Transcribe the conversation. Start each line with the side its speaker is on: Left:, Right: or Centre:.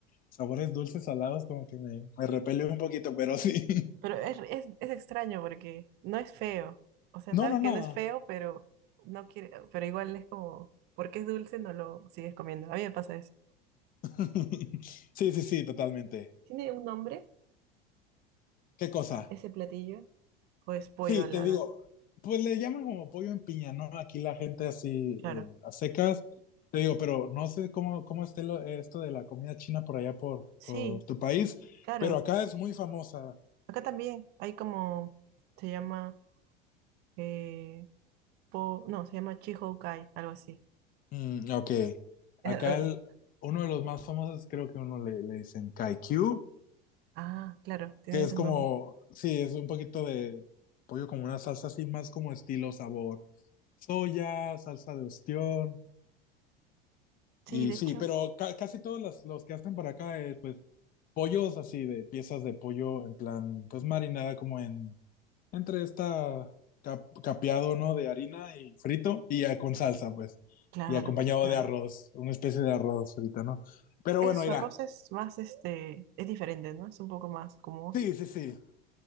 Left: sabores dulces, salados, como que me, me repele un poquito, pero sí. <laughs>
Right: Pero es, es, es extraño porque no es feo. O sea,
Left: No,
Right: sabes
Left: no, no.
Right: que no es feo, pero no quiere, pero igual es como, porque es dulce, no lo sigues comiendo. A mí me pasa eso.
Left: <laughs> Sí, sí, sí, totalmente.
Right: ¿Tiene un nombre
Left: ¿Qué cosa?
Right: ese platillo? ¿O es pollo
Left: Sí,
Right: a
Left: te
Right: lana?
Left: digo, pues le llaman como pollo en piña, ¿no? Aquí la gente así eh,
Right: Claro.
Left: a secas. Te digo, pero no sé cómo, cómo esté lo- esto de la comida china por allá por,
Right: Sí,
Left: por tu país,
Right: claro.
Left: pero acá es muy famosa.
Right: Acá también hay como, se llama, eh, po- no, se llama Chihoukai, algo así.
Left: Mm, ok.
Right: <laughs>
Left: Acá el- uno de los más famosos, creo que uno le, le dicen Kaikyu,
Right: Ah, claro, tiene
Left: que
Right: esos
Left: es como,
Right: nombres.
Left: sí, es un poquito de pollo como una salsa así, más como estilo sabor soya, salsa de ostión.
Right: Sí,
Left: Y
Right: de
Left: sí,
Right: hecho,
Left: pero ca- casi todos los, los que hacen para acá es pues pollos así de piezas de pollo en plan pues marinada como en entre esta cap- capeado, ¿no? De harina y frito y ya con salsa pues
Right: claro,
Left: y acompañado
Right: claro.
Left: de arroz, una especie de arroz frito, ¿no? Pero
Right: Ese
Left: bueno, mira,
Right: arroz es más, este, es diferente, ¿no? Es un poco más gomoso.
Left: sí, sí, sí.